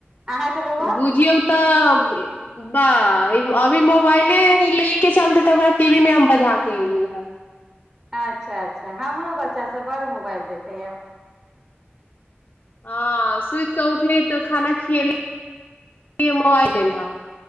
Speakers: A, on the right; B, on the left.
A: अहाँके बौआ
B: बुझियऔ से तबे बा अभी मोबाइले ले के चलते तऽ ओकरा टीवी मे हम बजा के एलियै हे
A: अच्छा अच्छा हमरो बच्चा सब बड़ मोबाइल देखेया
B: ह सुति कऽ उठली तऽ खाना खियली मोबाइल